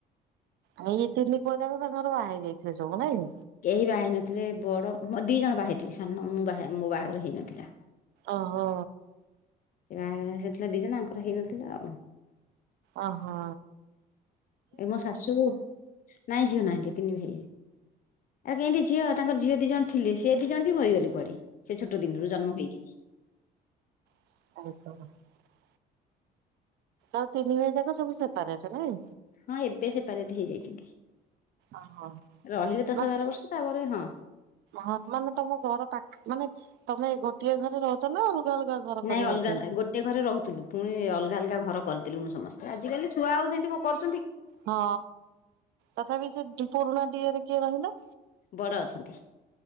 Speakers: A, on the right; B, on the left.
A: ଆଉ ଏଇ ତିନି ପ ଯାକ ସାଙ୍ଗର ବାହା ହେଇ ଯାଇଥିଲେ ସବୁ ନାଇଁ।
B: କେହି ବା ହେଇ ନଥିଲେ ବଡ ମୋ ଦି ଜଣ ବାହି ଥିଲେ ସାନ ମୁଁ ବା ମୋ ବାହାଘର ହେଇନଥିଲା।
A: ଓ ହୋ
B: ସେ ବାହାଘ ସେଥିଲା ଦି ଜଣ ଆଙ୍କର ହେଇନଥିଲା ଆଉ।
A: ଅ ହୋ।
B: ଏ ମୋ ଶାଶୁ ନାଇଁ ଝିଅ ନାହାନ୍ତି ତିନି ଭାଇ। ଆଉ କେମିତି ଝିଅ ତାଙ୍କର ଝିଅ ଦି ଜଣ ଥିଲେ ସେଏ ଦି ଜଣ ବି ମରିଗଲି ବି କୁଆଡେ। ସେ ଛୋଟ ଦିନରୁ ଜନ୍ମ ହେଇକି
A: <unintelligible> ଆଉ ତିନି ଭାଇ ଯାକ ସବୁ ସେପାରେଟ? ନାଇଁ?
B: ହଁ ଏବେ ସେପାରଟ ହେଇଯାଇଛନ୍ତି।
A: ଓହୋ
B: ରହିଲେ ଦଶ
A: ମାନେ
B: ବାର ବର୍ଷ ତାପରେ ହଁ
A: ହଁ ମାନେ ତମ ଘର ପାଖ ମାନେ ତମେ ଗୋଟିଏ ଘରେ ରହୁଛ ନା ଅଲଗା ଅଲଗା ଘର କରି
B: ନାଇଁ
A: ରହିଛନ୍ତି?
B: ଅଲଗା ଗୋଟେ ଘରେ ରହୁଥିଲୁ ପୁଣି ଅଲଗା ଅଲଗା ଘର କରିଦେୁ ସମସ୍ତେ ଆଜିକାଲି ଛୁଆ ଆଉ ସେମତି କର
A: ହଁ ତଥାପି ସେ ପୁରୁଣା ଡିଏରେ କିଏ ରହିଲେ?
B: ବଡ ଅଛନ୍ତି।